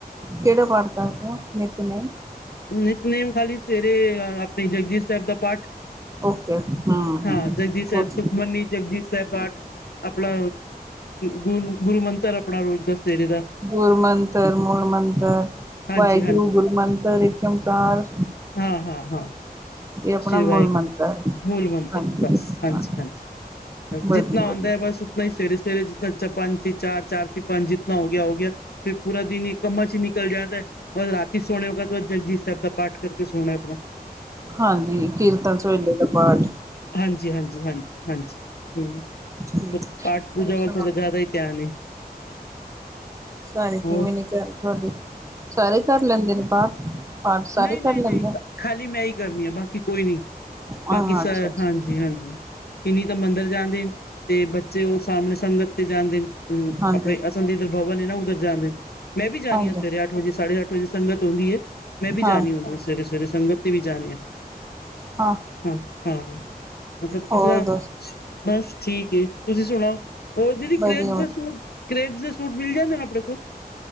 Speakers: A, on the right; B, on the left.
A: ਕਿਹੜਾ ਪਾਠ ਕਰਦੇ ਹੋ ਨਿੱਤਨੇਮ
B: ਨਿੱਤਨੇਮ ਖਾਲੀ ਸਵੇਰੇ ਆਪਣੇ ਜਪੁਜੀ ਸਾਹਿਬ ਦਾ ਪਾਠ
A: ਓਕੇ ਹੂੰ
B: ਹਾਂ
A: ਹੂੰ
B: ਜਪੁਜੀ ਸਾਹਿਬ
A: ਗੁੱਡ
B: ਸੁਖਮਨੀ ਜਪੁਜੀ ਸਾਹਿਬ ਪਾਠ ਆਪਣਾ ਗੁਰ ਗੁਰੂ ਮੰਤਰ ਆਪਣਾ ਰੋਜ਼ ਦਾ ਸਵੇਰੇ ਦਾ
A: ਗੁਰੂ ਮੰਤਰ ਮੂਲ ਮੰਤਰ
B: ਹਾਂਜੀ
A: ਵਾਹਿਗੁਰੂ
B: ਹਾਂਜੀ
A: ਗੁਰੂ ਮੰਤਰ ਏਕਮਕਾਰ
B: ਹਾਂ- ਹਾਂ -ਹਾਂ
A: ਆਪਣਾ
B: ਸ਼੍ਰੀ ਵਾਹਿਗੁਰੂ
A: ਮੂਲ ਮੰਤਰ
B: ਮੂਲ ਮੰਤਰ
A: ਹਾਂਜੀ
B: ਬਸ ਹਾਂਜੀ,
A: ਹਾਂ
B: ਹਾਂਜੀ
A: ਵਧੀਆ
B: ਜਿੱਤਨਾ
A: ਵਧੀਆ
B: ਹੁੰਦਾ ਹੈ, ਬਸ ਨਹੀਂ ਸਵੇਰੇ ਸਵੇਰੇ ਜ ਪੰਜ ਸੀ ਚਾਰ ਚਾਰ ਸੀ ਪੰਜ ਜਿਤਣਾ ਹੋ ਗਿਆ ਹੋ ਗਿਆ ਫਿਰ ਪੂਰਾ ਦਿਨ ਹੀ ਕਮਾ 'ਚ' ਹੀ ਨਿਕਲ ਜਾਤਾ ਬਸ ਰਾਤੀ ਸੋਨ ਵਕਤ ਥੋੜਾ ਜਗਜੀਤ ਸਾਹਿਬ ਦਾ ਪਾਠ ਕਰਕੇ ਸੋਣਾ ਆਪਣਾ-
A: ਹਾਂਜੀ ਕੀਰਤਨ ਸੋਹਲੇ ਦਾ ਪਾਠ
B: ਹਾਂਜੀ-ਹਾਂਜੀ, ਹਾਂਜੀ-ਹਾਂਜੀ, ਹਮ,
A: ਠੀਕ ਆ
B: ਪਾਠ ਪੂਜਾ
A: ਹੋਰ ਸੁਣਾਓ
B: ਵੱਲ ਥੋੜ੍ਹਾ ਜ਼ਿਆਦਾ-
A: ਜੀ
B: ਦਿਆਨ ਏ।
A: ਸਾਰੇ
B: ਹੋਰ
A: ਕਿਵੇਂ ਨੇ ਘਰ ਤੁਹਾਡੇ, ਸਾਰੇ ਕਰ ਲੈਂਦੇ ਨੇ ਪਾਠ- ਪਾਠ ਸਾਰੇ
B: ਨਹੀਂ-ਨਹੀਂ-ਨਹੀਂ
A: ਕਰ ਲੈਂਦੇ
B: ਖਾਲੀ ਮੈਂ ਹੀ ਕਰਨੀ ਆ ਬਾਕੀ ਕੋਈ ਨਹੀਂ,
A: ਹਾਂ
B: ਬਾਕੀ ਸ
A: ਅੱਛਾ ਅੱਛਾ
B: ਹਾਂਜੀ ਜੀ ਹਾਂਜੀ, ਕਿੰਨੀ ਤਾਂ ਮੰਦਿਰ ਜਾਂਦੇ, ਤੇ ਬੱਚੇ ਉਹ ਸਾਹਮਣੇ ਸੰਗਤ ਤੇ ਜਾਂਦੇ- ਹਮ
A: ਹਾਂਜੀ
B: ਆਪਣੇ ਅਸਾ ਦੇ ਇਧਰ ਭਵਨ ਨਾ ਉੱਧਰ ਜਾਂਦੇ, ਮੈਂ ਵੀ ਜਾਣੀ
A: ਹਾਂਜੀ
B: ਆ ਸਵੇਰੇ ਅੱਠ ਵਜੇ-ਸਾਢੇ ਅੱਠ ਵਜੇ ਸੰਗਤ ਹੁੰਦੀ ਹੈ। ਮੈਂ ਵੀ ਜਾਣੀ
A: ਹਾਂ
B: ਹੁੰਦੀ ਹਾ ਸਵੇਰੇ-ਸਵੇਰੇ ਸੰਗਤ ਤੇ ਵੀ ਜਾਣੀ ਆ-
A: ਹਾਂ
B: ਹਾਂ-ਹਾਂ, ਮਤਲਬ ਕਿਸੇ
A: ਹੋਰ
B: ਦਾ
A: ਦੱਸ
B: ਬਸ ਠੀਕ ਹੈ ਤੁਸੀਂ ਸੁਣਾਓ? ਹੋਰ ਦੀਦੀ ਕਰੇਬ
A: ਵਧੀਆ
B: ਦੇ ਸੂਟ- ਕਰੇਬ ਦੇ ਸੂਟ ਮਿਲ ਜਾਂਦੇ ਨੇ ਆਪਣੇ ਕੋਲ?